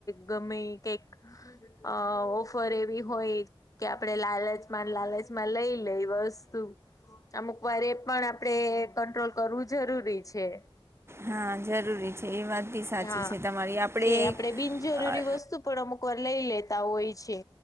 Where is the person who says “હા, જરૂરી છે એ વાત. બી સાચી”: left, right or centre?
Right